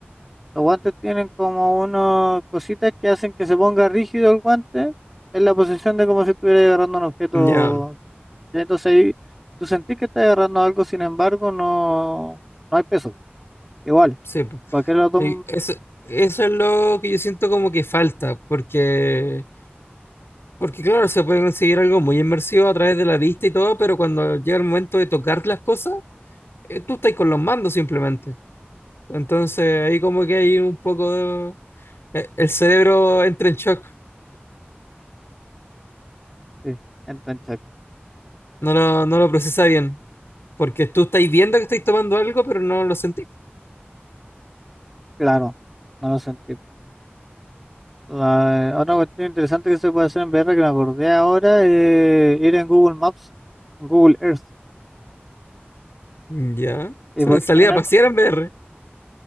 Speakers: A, in the centre; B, on the left.
A: los guantes tienen como unas cositas que hacen que se ponga rígido el guante en la posición de como si estuvieras agarrando un objeto.
B: ya,
A: Entonces ahí tú sentís que estás agarrando algo, sin embargo, no, no hay peso. Igual,
B: sí. pu.
A: cualquier otro...
B: Y Eso, eso es lo que yo siento como que falta, porque, porque claro, se puede conseguir algo muy inmersivo a través de la vista y todo, pero cuando llega el momento de tocar las cosas, eh, tú estás con los mandos simplemente. Entonces ahí como que hay un poco de, E- El cerebro entra en shock,
A: Sí, entonces
B: no lo, no lo procesa bien, porque tú estáis viendo que estáis tomando algo, pero no lo sentís.
A: Claro, no lo sentí. La- otra cuestión interesante que se puede hacer en VR que me acordé ahora es ir en Google Maps, en Google Earth,
B: Ya.
A: y
B: <laughs>
A: poder
B: Salí
A: caminar
B: a pasear
A: por...
B: en VR.